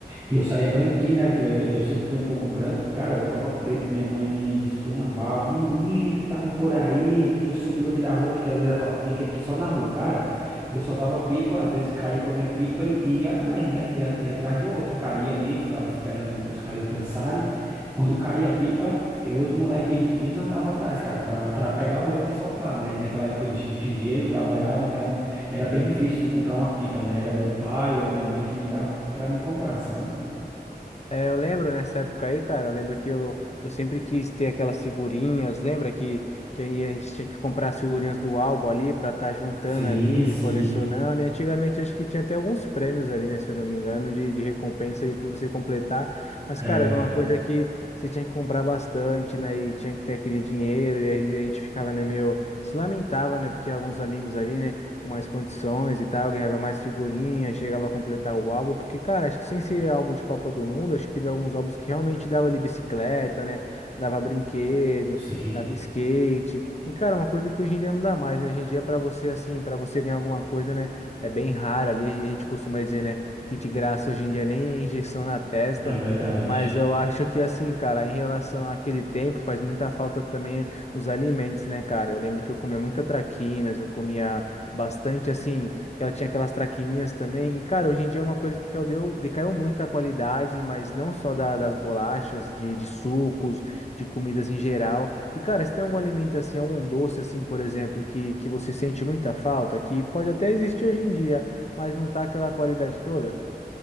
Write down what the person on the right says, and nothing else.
e eu saía branquinho, né? que Eu eu sempre fui um pouco branco. Cara, eu voltava preto. Minha mãe me, me esculhambava. Menino, tu tava por aí. Tu subiu aqui da rua. Porque às vezes ela falava, fica aqui só na rua. Cara, eu soltava pipa. Às vezes caía com a minha pipa e, e ia atrás, né? Ia, ia atrás de outra. Caía ali, ficava esperando os caras entrançarem. Quando caía a pipa, eu e os moleques, a gente desandava atrás, cara, pra, pra pegar outra e soltar, né? E naquela época a gente não tinha dinheiro, não trabalhava. Então era bem difícil tu comprar uma pipa, né? Era meu pai ou a minha mãe que me dava pra me comprar, sabe?
Sim,
sim,
era.
Sim,
é verdade.